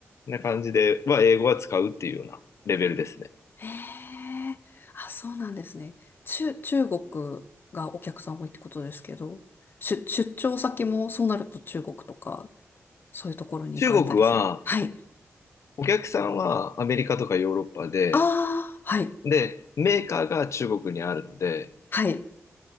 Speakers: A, on the left (about 70°); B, on the left (about 45°).
A: な感じで、は英語は使うっていうようなレベルですね。
B: へえ。あ、そうなんですね。中、中国がお客さん多いってことですけど、出、出張先もそうなると中国とか、そういうところに行かれたりする。
A: 中国は、
B: はい。
A: お客さんはアメリカとかヨーロッパで、
B: ああ、はい。
A: で、メーカーが中国にあるので、
B: はい。